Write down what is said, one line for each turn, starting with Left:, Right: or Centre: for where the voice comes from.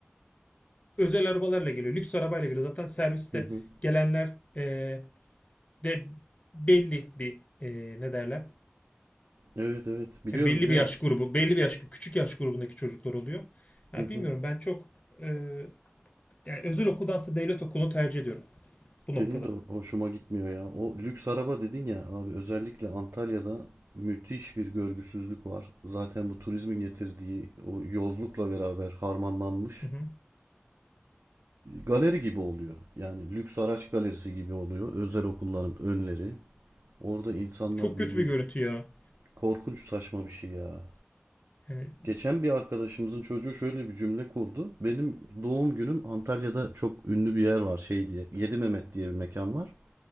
Left: özel arabalarla geliyor. Lüks arabayla geliyor. Zaten serviste
Right: hı hı.
Left: gelenler e, de belli bir e, ne derler?
Right: Evet evet biliyorum
Left: Yani belli
Right: biliyorum.
Left: bir yaş grubu, belli bir yaş küçük yaş grubundaki çocuklar oluyor. Yani
Right: Hı hı.
Left: bilmiyorum ben çok e, yani özel okuldansa devlet okulunu tercih ediyorum bu noktada.
Right: Benim de hoşuma gitmiyor ya. O lüks araba dedin ya abi özellikle Antalya'da müthiş bir görgüsüzlük var. Zaten bu turizmin getirdiği o yozlukla beraber harmanlanmış
Left: Hı hı.
Right: galeri gibi oluyor. Yani lüks araç galerisi gibi oluyor özel okulların önleri. Orada insanlar
Left: Çok
Right: bir
Left: kötü
Right: bir
Left: bir görüntü ya.
Right: korkunç saçma bir şey ya.
Left: Yani
Right: Geçen bir arkadaşımızın çocuğu şöyle bir cümle kurdu. Benim doğum günüm Antalya'da çok ünlü bir yer var şey diye. Yedi Mehmet diye bir mekan var.